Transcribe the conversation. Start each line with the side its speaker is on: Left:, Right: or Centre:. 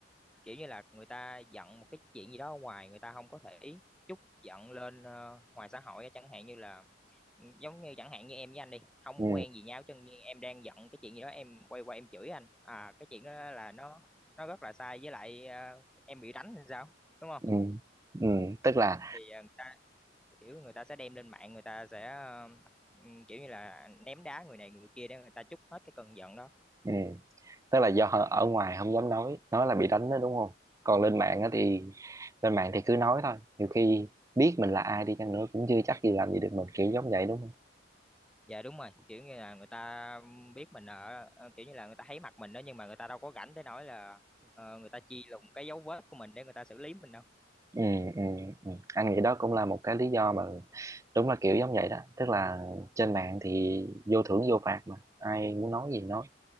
Centre: kiểu như là người ta giận một cái chuyện gì đó ở ngoài người ta không có thể trút giận lên ờ, ngoài xã hội á. chẳng hạn như là ừ, giống như chẳng hạn như em với anh đi không
Right: ừ
Centre: quen gì nhau chứ như em đang giận cái chuyện gì đó em quay qua em chửi anh à cái chuyện đó là nó nó rất là sai với lại ờ, em bị đánh thì sao đúng không
Right: ừ ừ tức là
Centre: thì ờ, người ta kiểu người ta sẽ đem lên mạng người ta sẽ ờ, ừ, kiểu như là ném đá người này người kia để người ta trút hết cái cơn giận đó
Right: ừ tức là do ở ngoài không dám nói nói là bị đánh đó đúng không còn lên mạng á thì lên mạng thì cứ nói thôi nhiều khi biết mình là ai đi chăng nữa cũng chưa chắc gì làm gì được mình kiểu giống vậy đúng không
Centre: dạ đúng rồi kiểu như là người ta biết mình ở ờ, kiểu như là người ta thấy mặt mình đó nhưng mà người ta đâu có rảnh tới nỗi là ờ, người ta chi lùng cái dấu vết của mình để người ta xử lý mình đâu
Right: ừ, ừ, ừ. anh nghĩ đó cũng là một cái lý do mà đúng là kiểu giống vậy đó tức là trên mạng thì vô thưởng vô phạt mà ai muốn nói gì nói